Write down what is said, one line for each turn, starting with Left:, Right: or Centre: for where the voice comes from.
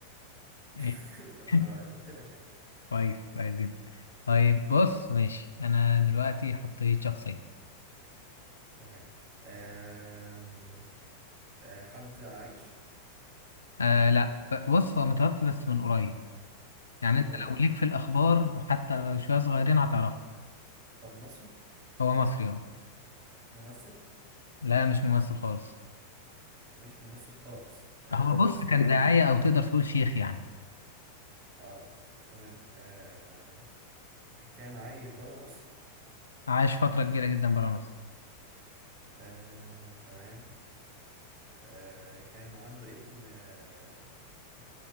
Right: <laughs>
Left: إيه،
Right: أنا
Left: <laughs>
Right: قلت لك يعني
Left: كويس كويس جدا طيب بص ماشي أنا دلوقتي حطيت شخصية
Right: تمام آم، آه حد عايش
Left: آه لا ب- بص هو متوفي بس من قريب يعني
Right: من
Left: أنت
Right: قريب
Left: لو ليك في الأخبار حتى لو شوية صغيرين هتعرفه
Right: طب مصري
Left: هو مصري أه
Right: ممثل
Left: لا مش ممثل خالص
Right: مش ممثل خالص آه
Left: هو بص
Right: سياسي
Left: كان داعية أو تقدر تقول شيخ يعني
Right: اه تمام آه كان عايش برا مصر
Left: عاش فترة كبيرة جدا برا مصر
Right: آه تمام آه كان عنده ابن آه